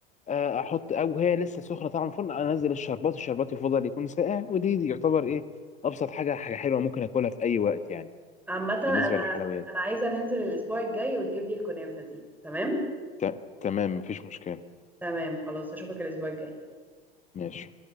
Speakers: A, on the left; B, in the centre.
A: آه، احط او هي لسه سخنة طعم الفرن انزل الشربات الشربات يفضل يكون ساقع ودي دي يعتبر ايه ابسط حاجة حاجة حلوة ممكن اكلها في اي وقت يعني
B: عامة انا
A: بالنسبة للحلويات
B: انا عايزة ننزل الاسبوع الجاي وتجيب لي الكنافة دي تمام
A: ت- تمام مفيش مشكلة
B: تمام خلاص اشوفك الاسبوع الجاي
A: ماشي